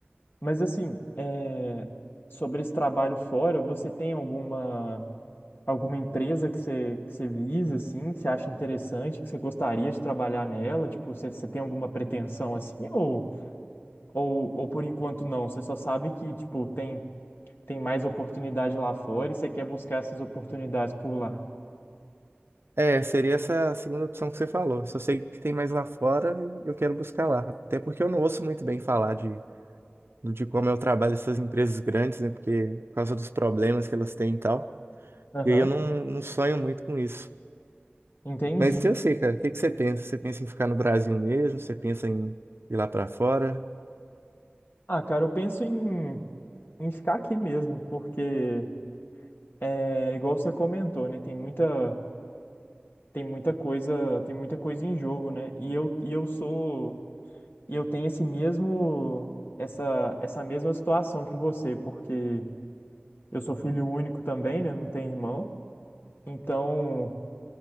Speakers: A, on the left; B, on the right.
A: Mas assim, é, sobre esse trabalho fora, você tem alguma alguma empresa que você, que você visa, assim, que você acha interessante, que você gostaria de trabalhar nela? Tipo, você, você tem alguma pretensão assim? Ou, ou, ou por enquanto não? Você só sabe que, tipo, tem, tem mais oportunidade lá fora e você quer buscar essas oportunidades por lá.
B: É, seria essa segunda opção que você falou. Só sei que tem mais lá fora e eu quero buscar lá. Até porque eu não ouço muito bem falar de, de como é o trabalho dessas empresas grandes, né? Porque, por causa dos problemas que elas têm e tal.
A: Aham,
B: E aí eu não, não sonho muito com isso.
A: entendi.
B: Mas eu sei, cara, o que que você pensa? Você pensa em ficar no Brasil mesmo? Você pensa em ir lá pra fora?
A: Ah, cara, eu penso em, em ficar aqui mesmo, porque é igual você comentou, né? Tem muita. tem muita coisa, tem muita coisa em jogo, né? E eu, e eu sou, e eu tenho esse mesmo, essa, essa mesma situação que você, porque eu sou filho único também, né? Não tenho irmão. Então,